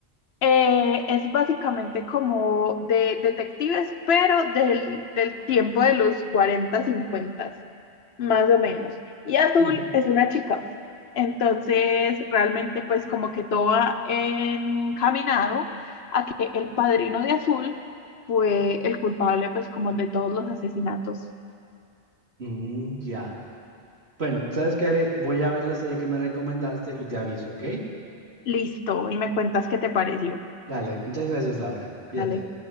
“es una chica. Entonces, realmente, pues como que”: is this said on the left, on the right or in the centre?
Left